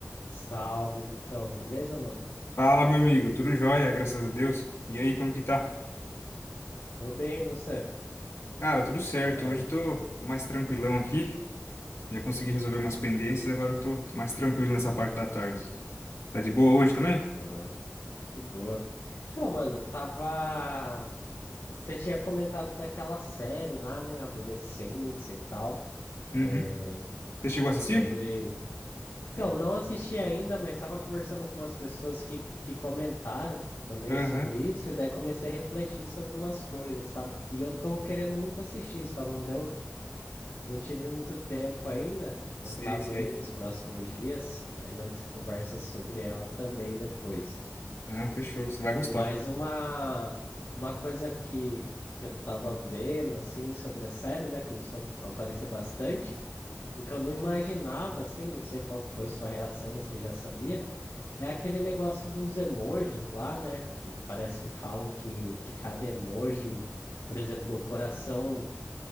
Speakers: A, on the left; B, on the left.
A: Salve, Vitão. Beleza, mano?
B: Fala, meu amigo, tudo jóia, graças a Deus. E aí, como que tá?
A: Tô bem, e você?
B: Cara, tudo certo.
A: Olha,
B: Hoje tô, tô mais tranquilão aqui. Já consegui resolver umas pendências, agora tô, tô mais tranquilo nessa parte da tarde. Tá de boa hoje também?
A: demorou. De boa. Então, mano, tava. Você tinha comentado daquela série lá, né? Adolescência e tal.
B: Uhum.
A: é,
B: Você chegou a assistir?
A: Sobre. Então, não assisti ainda, mas estava conversando com umas pessoas que, que comentaram também
B: Aham,
A: sobre isso. E daí comecei a refletir sobre umas coisas, sabe? E eu tô querendo muito assistir, só não deu Não tive muito tempo ainda.
B: Sei,
A: Tentar ver
B: sei.
A: aí nos próximos dias. Aí nós conversa sobre ela também depois.
B: Não, fechou, você vai gostar.
A: Mas uma, uma coisa que, que eu tava vendo, assim, sobre a série, né? Começou a aparecer bastante. E que eu não imaginava, assim, não sei qual que foi sua reação, se já sabia. É aquele negócio dos emojis lá, né? Que parece que falam que, que cada emoji, por exemplo, o coração